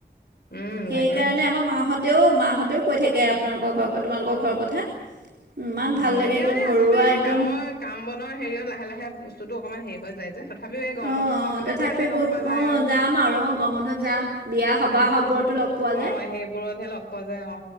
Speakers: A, on the left; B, on the right.
A: উম
B: সেইকাৰণে
A: তাকেহে
B: আমাৰ মাহঁতেও-মাহঁতেও কৈ থাকে আপোনালোকৰ ঘৰ তোমালোকৰ ঘৰৰ কথা। ইমান
A: অ
B: ভাল লাগে
A: এতিয়া
B: একদম
A: মানে
B: ঘৰুৱা
A: আচলতে সেই
B: একদম।
A: কামৰ কাম বন হেৰিঅত লাহে-লাহে বস্তুটো অকণমান হেৰি হৈ যায় যে। তথাপিও এই গৰম
B: অঁ
A: বন্ধ চম
B: অঁ
A: বন্ধ
B: তথাপিও
A: পালেহে লগ
B: গ
A: খোৱা যায়
B: অঁ
A: আৰু।
B: যাম আৰু গ বন্ধত যাম বিয়া সবাহ সবো লগ পোৱা
A: অ
B: যায়
A: সেইবোৰতহে লগ পোৱা যায় অ